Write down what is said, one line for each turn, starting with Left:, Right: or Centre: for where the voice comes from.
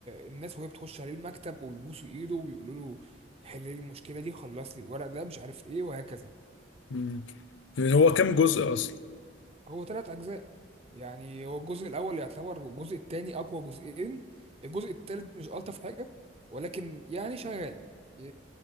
Right: الناس وهي بتخش عليه المكتب وبيبوسوا ايده وبيقولوا له حل لي المشكله دي خلص لي الورق ده مش عارف ايه وهكذا
Left: مم. هو كام جزء اصلا
Right: هو ثلاث اجزاء يعني هو الجزء الاول يعتبر والجزء الثاني اقوى جزئين الجزء الثالث مش الطف حاجه ولكن يعني شغال ي-